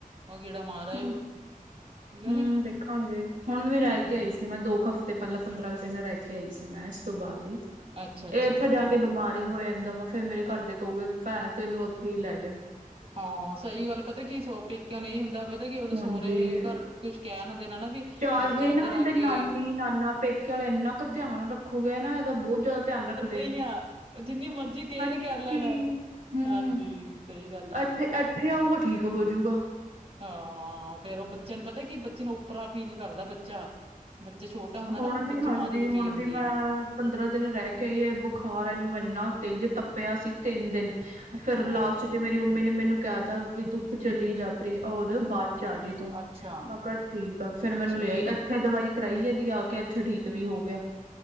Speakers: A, on the right; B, on the right.
A: ਉਹ ਗੇੜਾ ਮਾਰ ਆਇਓ
B: ਹੂ
A: ਠੀਕ ਆ
B: ਹੂ
A: ਨੀ
B: ਦੇਖਾਂਗੇ ਹੁਣ ਵੀ ਰਹਿ
A: ਹਾਂਜੀ
B: ਕੇ
A: ਹਾਂ
B: ਆਈ ਸੀ। ਤੇ ਮੈਂ ਦੋ ਕੁ ਹਫ਼ਤੇ ਪਹਿਲਾਂ ਪੰਦਰਾਂ ਕੁ ਦਿਨ ਰਹਿ ਕੇ ਆਈ ਸੀ, ਮੈਂ ਇਸ ਤੋਂ ਬਾਅਦ ਹੀ
A: ਅੱਛਾ ਅੱਛਾ
B: ਇਹ ਇੱਥੇ
A: ਚਲੋ
B: ਜਾ ਕੇ ਬਿਮਾਰ ਹੀ ਹੋ ਜਾਂਦਾ ਵਾ, ਫੇਰ ਮੇਰੇ ਘਰ ਦੇ ਕਹੁ ਗੇ ਭੈਣ ਤੇ ਇਹਨੂੰ ਉੱਥੇ ਹੀ ਲੈ ਜਾ।
A: ਹਾਂ ਸਹੀ ਗੱਲ ਪਤਾ ਕੀ ਸੁੱਖ ਪੇਕਿਆਂ ਦੇ ਹੀ ਹੁੰਦਾ, ਪਤਾ ਕੀ ਗੱਲ ਸਹੁਰੇ
B: ਹਾਂਜੀ
A: ਘਰ ਕੁੱਛ ਕਹਿ ਨਾ ਦੇਣਾ ਨਾ ਵੀ।
B: ਚਾਹੇ
A: ਬੱਚਾ ਇੱਧਰ
B: ਨਾ ਇਹਦੇ
A: ਆ
B: ਨਾਨੀ
A: ਕੇ
B: - ਨਾਨਾ ਪੇਕੇ ਵਾਲੇ ਇੰਨਾ ਕੁ ਧਿਆਨ ਰੱਖੋਗੇ ਨਾ ਇਹਦਾ ਬਹੁਤ ਜ਼ਿਆਦਾ ਧਿਆਨ ਰੱਖ
A: ਅਈਂ ਆ ਜਿੰਨੀ ਮਰਜ਼ੀ ਕੇਅਰ
B: ਇਹਨੂੰ
A: ਕਰ ਲੈਣ
B: ਕੀ ਹੂੰ
A: ਹਾਂਜੀ ਸਹੀ ਗੱਲ ਆ
B: ਇੱਥੇ ਇੱਥੇ ਆਊਗਾ ਠੀਕ ਹੋਜੂਗਾ।
A: ਹਾਂ ਫੇਰ ਉਹ ਬੱਚੇ ਨੂੰ ਪਤਾ ਕੀ ਬੱਚੇ ਨੂੰ ਔਪਰਾ ਫੀਲ ਕਰਦਾ ਬੱਚਾ। ਬੱਚਾ ਛੋਟਾ ਹੁੰਦਾ
B: ਹੁਣ
A: ਨਾ ਉਹ
B: ਵੀ
A: ਬੱਚੇ
B: ਹਾਂਜੀ
A: ਨੂੰ ਆਦਤ
B: ਹੁਣ
A: ਪਈ ਹੁੰਦੀ
B: ਵੀ ਮੈਂ
A: ਹੈ
B: ਪੰਦਰਾਂ ਦਿਨ ਰਹਿ ਕੇ ਆਈ ਹੈ ਬੁਖਾਰ ਇਹਨੂੰ ਇੰਨਾ ਤੇਜ਼ ਤਪ ਪੇਆ ਸੀ ਤਿੰਨ ਦਿਨ ਫੇਰ
A: ਉਹ
B: ਲਾਸਟ ਜਿਵੇਂ ਮੇਰੀ ਮੰਮੀ ਨੇ ਮੈਨੂੰ ਕਿਹਾ ਤਾ ਵੀ ਤੂੰ ਚਲੀ ਜਾ ਪ੍ਰਰੀ ਉਦੋਂ ਬਾਅਦ ਚ ਆ ਜਈ ਤੂੰ
A: ਅੱਛਾ
B: ਮਗਰ ਠੀਕ ਆ ਫੇਰ ਮੈ
A: ਅੱਛਾ
B: ਇਹਨੂੰ ਲੇ ਆਈ,
A: ਜੀ
B: ਅੱਥੇ ਦਵਾਈ ਕਰਾਈ ਹੈਦੀ ਆ ਕੇ ਅੱਥੇ ਠੀਕ ਵੀ ਹੋ ਗਿਆ।